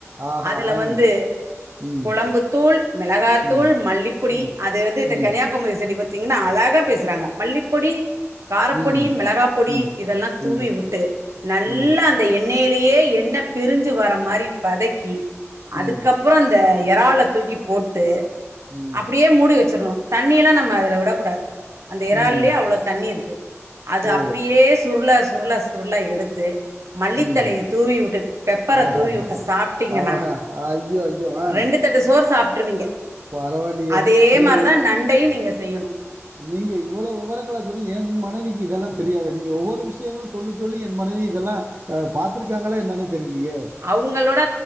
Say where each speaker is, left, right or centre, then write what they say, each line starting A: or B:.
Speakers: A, on the right; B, on the right.
A: ஆஹா
B: அதுல
A: ஆ
B: வந்து
A: ம்
B: குழம்புத்தூள் மிளகாத்தூள்
A: ம்
B: மல்லிப்பொடி
A: ம்
B: அது வந்து இந்த
A: ம்
B: கன்னியா குமாரி சைடு பத்தீங்கின்னா அழகா பேசுறாங்க மல்லிப்பொடி காரப்பொடி
A: ம்
B: மிளகா பொடி
A: ம்
B: இதெல்லா தூவி
A: ம்
B: வுட்டு நல்லா
A: ஆ
B: எண்ணெயிலியே என்ன பிரிஞ்சு வர மாரி வதக்கி அதுக்கப்
A: ம்
B: அப்புறோ அந்த எறால தூக்கி போட்டு
A: ம்
B: அப்படியே மூடி வெச்சிர்ணு தண்ணியெல்லா நம் ம அதுல விடக்கூடாது அந்த இறால்லியே
A: ம்
B: அவ்ளோ தண்ணி இருக்கு அது
A: ஓ
B: அப்படியே சுருள சுருள சுருள எடுத்து மல்லித்தழய
A: ம்
B: தூவி வுட்டு பெப்பர
A: ஆஹா
B: தூவி வுட்டு
A: ஆஹா
B: சாப்ட்டீங்கன்னா
A: ஆஹா ஐயோ ஐயோ ஆ
B: ரெண்டு தட்டு சோறு சாப்ட்ருவீங்க
A: பரவாயில்லையே
B: அதே
A: நீங்க
B: மாரிதா
A: இவ்-
B: நண்டையு நீங்க செய்யணும்
A: நீங்க இவ்வளோ விவரங்களா சொல் எ மனைவிக்கி இதெல்லா தெரியாதே நீங்க ஒவ்வொரு விஷியங்களு சொல்லி சொல்லி என் மனைவி இதெல்லா அ பாத்துருக்காங்ளா என்னானே தெரிலியே
B: அவுங்களோட